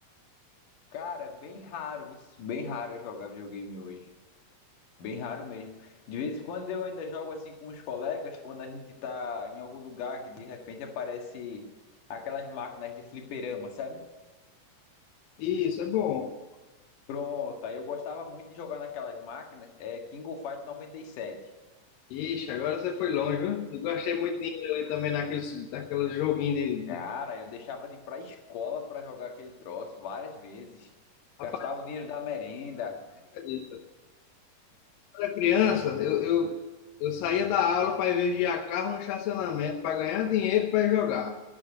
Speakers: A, on the left (about 70°); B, on the left (about 85°).
A: Cara, bem raro, bem raro eu jogar videogame hoje. Bem raro mesmo. De vez em quando eu ainda jogo assim com os colegas, quando a gente tá em algum lugar que de repente aparece aquelas máquinas de fliperama, sabe?
B: Isso, é bom.
A: Pronto, aí eu gostava muito de jogar naquelas máquinas, é King of Fight noventa e sete,
B: Ixi, agora você foi longe, viu? Eu gostei muito de ir ali também naqueles, naqueles joguinhos de,
A: Cara,
B: de...
A: eu deixava de ir pra escola pra jogar aquele troço várias vezes.
B: Rapaz,
A: Gastava o dinheiro da merenda.
B: acredita? quando eu era criança, eu, eu, eu saía da aula para ir vigiar carro no estacionamento para ganhar dinheiro para ir jogar.